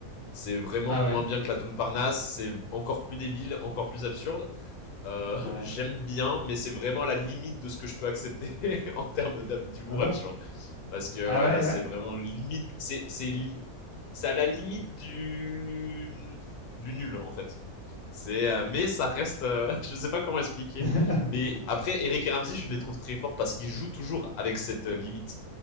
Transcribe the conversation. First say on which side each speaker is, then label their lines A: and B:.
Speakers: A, on the left; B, on the left.
A: C'est vraiment
B: Ah
A: moins
B: ouais,
A: bien que La Tombe Parnasse, c'est encore plus débile, encore plus absurde. Euh, <laughs>
B: ouais.
A: j'aime bien, mais c'est vraiment à la limite de ce que je peux accepter <laughs> en termes d'ab- d'humour
B: Ah bon?
A: absurde. Parce que
B: Ah
A: ouais,
B: ouais,
A: là, c'est
B: ouais.
A: vraiment limite. C'est, c'est, li- c'est à la limite du, du nul, en fait. C'est, euh, mais ça reste, euh, <laughs> je sais pas comment expliquer.
B: <laughs>
A: Mais après, Eric et Ramsey, je les trouve très forts parce qu'ils jouent toujours avec cette euh, limite.